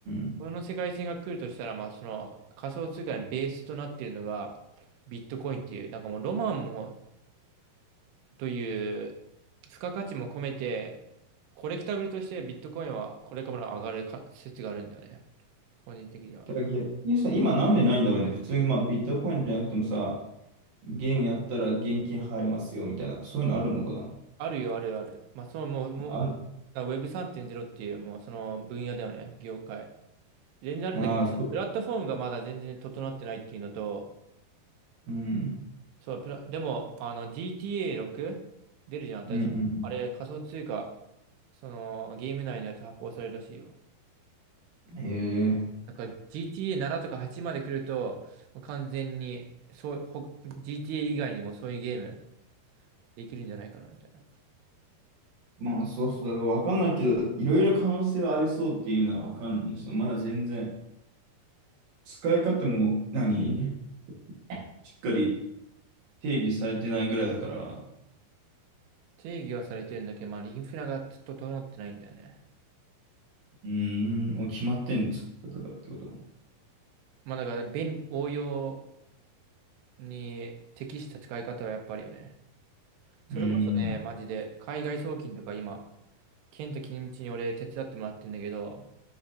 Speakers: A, on the right (about 65°); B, on the right (about 85°).
A: ん。
B: この世界線が来るとしたら、まあ、その仮想通貨のベースとなっているのが、ビットコインっていう、なんかもうロマンも、という、付加価値も込めて、コレクタブルとしてビットコインはこれからも上がるか説があるんだよね。個人的には。
A: だから逆にさ、今なんでないんだろうね。普通にまあビットコインじゃなくてもさ、ゲームやったら現金入りますよみたいな、そういうのあるのかな。
B: あるよ、あるよ、ある。まあ、そのもう、もう、
A: あ、
B: あ Web3.0 っていう、もうその分野だよね、業界。全然あるんだけど、
A: あー、そう。
B: プラットフォームがまだ全然整ってないっていうのと、
A: うん。
B: そう、プラ、でも、あの、GTA6 出るじゃん、新しい。
A: うん
B: あれ、仮想通貨、その、ゲーム内のやつ発行されるらしいよ。
A: うん。へえ。
B: なんか GTA7 とか8まで来ると、完全に、そう、ほ、GTA 以外にもそういうゲームできるんじゃないかな、みたいな。
A: まあそうそう、だからわかんないけど、いろいろ可能性はありそうっていうのはわかんないです。そのまだ全然、使い方も何しっかり定義されてないぐらいだから、
B: 定義はされてるんだけど、まあ、インフラがちょっと整ってないんだよね。
A: うーん、もう決まってんの、使い方がってこと。
B: まあだから便、応用に適した使い方はやっぱりよね。それこそね、
A: うーん、
B: マジで、海外送金とか今、ケンタ君道に俺手伝ってもらってんだけど、